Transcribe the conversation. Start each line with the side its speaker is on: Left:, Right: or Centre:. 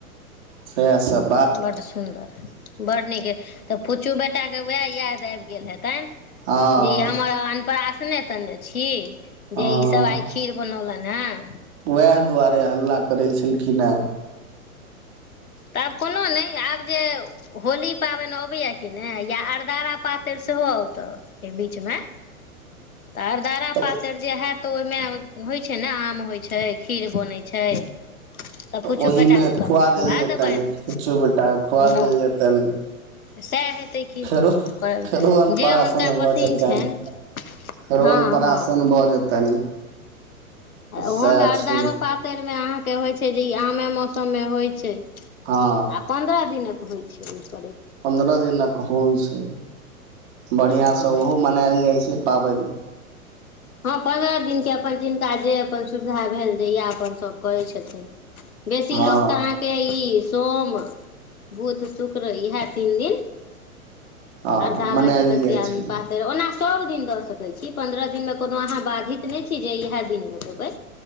Right: सेहासब।
Left: बड्ड सुंदर बड्ड नीक तऽ पुछू बेटाके उएह याद आबि गेल हेतनि।
Right: हँ
Left: जे हमर अनप्रास नेत छी
Right: हँ
Left: जे इ सब आइ खीर बनौलनि हेँ
Right: उएह दुआरे हल्ला करै छलखिन्ह।
Left: तऽ आब कोनो नै आब जे होली पाबनि अबैया कि नै या अरदारा पातरि सेहो अत अय बीच में। तऽ अरदारा
Right: तऽ
Left: पातरि जे होयत ओहिमे होइ छै। ने आम होइ छै खीर बनय छै। तऽ पुछु
Right: ओहि
Left: बेटा
Right: मे
Left: कऽ कनि खुआ
Right: देल जेतनि
Left: देबनि
Right: किछु बेटा के खुआ
Left: ह
Right: देल जेतनि
Left: सएह हेतै की
Right: फेरो
Left: ओं
Right: फेरो अनपराशन
Left: जे हुनका
Right: भऽ
Left: पासिन्न
Right: जेतनि
Left: छनि।
Right: फेरो
Left: हँ
Right: अन्नप्रासन
Left: हँ
Right: भऽ जेतनि
Left: आ
Right: तऽ सएह
Left: ओहोमे अरदारो
Right: छै
Left: पातरि मे अहाँ के होइत छै जे ई आमे मौसम मे होइत छै। आ
Right: हँ
Left: पन्द्रह दिनक होइ छै इ।
Right: पन्द्रह दिनक होइ छै बढ़ियां
Left: हँ
Right: स ओहो मनायल जाइ छै। पाबनि
Left: हँ पन्द्रह दिनके अपन जिनका जे अपन सुविधा भेल जहिया अपन सभ करय छथिन। बेसी
Right: हँ
Left: लोक तऽ अहाँके इ सोम बुध शुक्र ऐहा तीन दिन
Right: हँ
Left: अरदारा
Right: मनायल
Left: के कते
Right: जाइ
Left: आदमी
Right: छै
Left: पातरि ओना सब दिन दऽ सकैत छी पन्द्रह दिनमे कोनो अहाँ बाधित नै छी जे इएह दिनमे देबै